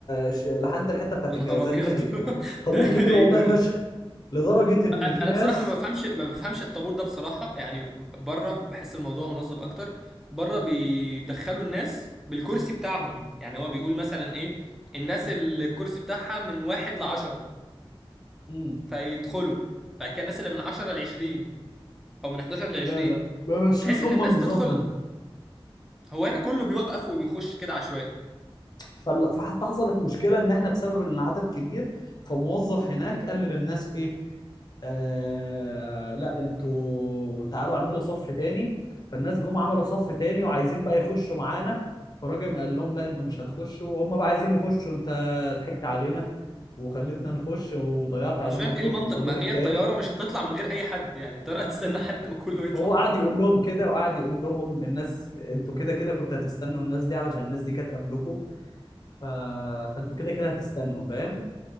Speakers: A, on the left; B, in the centre.
A: ش- لحد الحته بتاعت
B: يا
A: الجوازات
B: نهار ابيض
A: تقريبا
B: <laughs>
A: طابور
B: ده
A: كبير
B: ايه
A: والله
B: ده
A: فشخ لدرجه ان
B: انا
A: في
B: أنا
A: ناس
B: بصراحه ما بفهمش ما بفهمش الطابور ده بصراحه يعني بره بحس الموضوع منظم اكتر بره بيدخلوا الناس بالكرسي بتاعهم يعني هو بيقول مثلا ايه الناس اللي الكرسي بتاعها من واحد لعشرة
A: مم.
B: فيدخلوا بعد كده الناس اللي من عشرة لعشرين او من 11 لعشرين
A: لا لا ما مشوش
B: بحيث ان
A: هم
B: الناس
A: النظام
B: تدخل
A: ده
B: هو هنا كله بيوقف وبيخش كده عشوائي
A: فال- فحتى حصلت مشكله ان احنا بسبب ان العدد كبير فموظف هناك قال للناس ايه آه لا انتوا تعالوا اعملوا صف تاني فالناس جم عملوا صف تاني وعايزين بقى يخشوا معانا فالراجل قال لهم لا انتوا مش هتخشوا وهم بقى عايزين يخشوا انت ضحكت علينا وخلتنا نخش وضيعت علينا
B: أنا مش فاهم
A: الدور
B: ايه المنطق
A: في الطابور
B: ما
A: التاني
B: هي الطياره مش هتطلع من غير اي حد يعني الطياره <laughs> هتستنى لحد ما كله
A: فهو
B: يطلع
A: قعد يقول لهم كده وقعد يقول لهم الناس انتوا كده كده كنتوا هتستنوا الناس دي علشان الناس دي كانت قبلكم ف... فانتوا كده كده هتستنوا فاهم